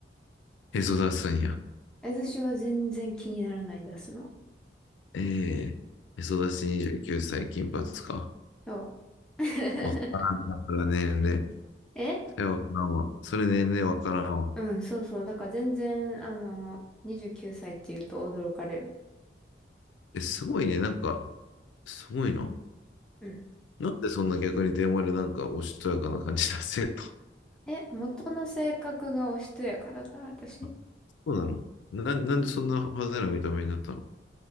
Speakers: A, on the left; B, in the centre.
A: へそ出すんや。
B: 私は全然気にならない、出すの。
A: ええへそ出し29歳、金髪か。
B: そう。<laughs>
A: わからんな、それは年齢。
B: え
A: それはわからんわ。それ年齢わからんわ。
B: うん、そうそう。だから全然、あの、29歳って言うと驚かれる。
A: え、すごいね。なんか、すごいな。
B: うん。
A: なんでそんな逆に電話でなんかおしとやかな感じ出せと。
B: え、元の性格がおしとやかだから、私。
A: <laughs> そうなのな、なんでそんな派手な見た目になったの、